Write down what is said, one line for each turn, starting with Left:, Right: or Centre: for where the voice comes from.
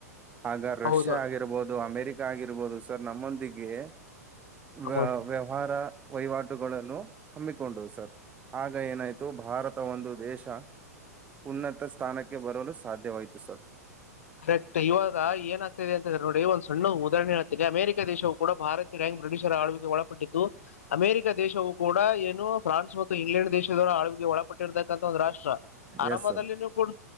Right: ಹಾಗ. ರಷ್ಯ
Left: ಹೌದು
Right: ಆಗಿರಬಹುದು ಅಮೆರಿಕ. ಆಗಿರಬಹದು ಸರ್ ನಮ್ಮೊಂದಿಗೆ. ವ
Left: ಹೌದು
Right: ವ್ಯವಹಾರ ವಹಿವಾಟುಗಳನ್ನು. ಹಮ್ಮಿಕೊಂಡು ಸರ್ ಆಗ ಏನಾಯ್ತು ಭಾರತ ಒಂದು ದೇಶ ಉನ್ನತ ಸ್ಥಾನಕ್ಕೆ ಬರಲು ಸಾಧ್ಯವಾಯತು ಸರ್.
Left: ಕರೆಕ್ಟ್ ಇವಾಗ ಏನ ಆಾಗ್ತದೆ ಅಂತಂದ್ರೆ ನೋಡಿ ಒಂದ್ ಸಣ್ಣ ಉದಾಹರಣೆ ಆಗ್ತದೆ ಅಮೆರಿಕ ದೇಶವು ಕೂಡ ಭಾರತೀಯ ರ್ಯಾಂಕ್ ಬ್ರಿಟಿಷರ ಆಡುವಿಗೆ ಒಳಪಟ್ಟಿತ್ತು ಅಮೆರಿಕಾ ದೇಶವುೂ ಕೂಡ ಏನು ಫ್ರಾನ್ಸ್ ಮತ್ತು ಇಂಗ್ಲೆಂಡ್ ದೇಶದವರ ಆಳ್ಡಿಗೆ ಒಳಪಟ್ಟಿದಾಗ. ಒಂದು ರಾಷ್ಟ್ರ ಆರಂಭದಲ್ಲಿನೂ
Right: ಎಸ್ ಸರ್
Left: ಕೂಡ